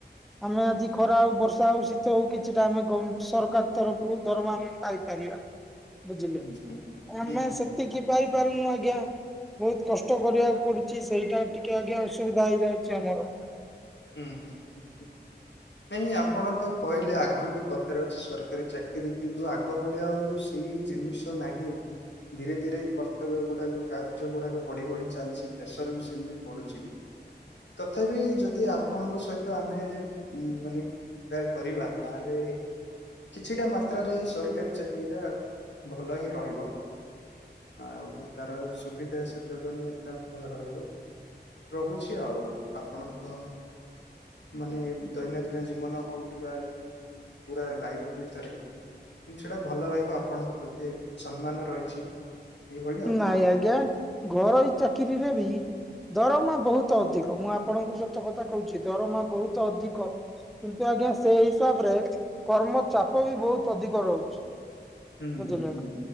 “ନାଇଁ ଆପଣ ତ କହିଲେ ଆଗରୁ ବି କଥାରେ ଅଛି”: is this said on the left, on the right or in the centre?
Left